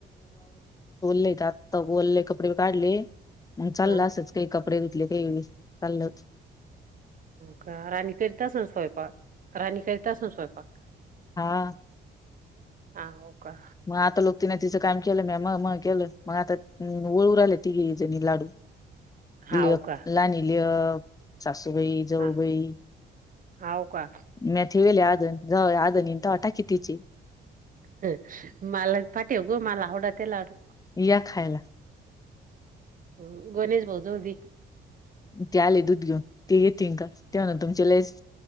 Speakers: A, on the left; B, on the right.
A: ले आता ओलले कपडे काढले मग चालला
B: हा
A: असच काही कपडे तेल चाललंच,
B: हो का राणी करता असून स्वयंपाक राणी करीता असून स्वयंपाक
A: हा.
B: हाव का
A: मग आता लोक तिने तिचं काम केलं म मग मग केलं मग आता वओळू राहिले तिघेणी लाडू.
B: हाव
A: लि
B: का
A: लाणी लि.. सासूबाई जाऊबाई
B: हा हाव का
A: मेथे वेल्या आजन <inaudible>
B: ह मला पाटेग मला आवडा ते लाडू
A: या खायला
B: ह गणेश भाऊजवळ द्या
A: ते आले दूध घेऊन ते येेते का तेव्हाणा तुमच्या लच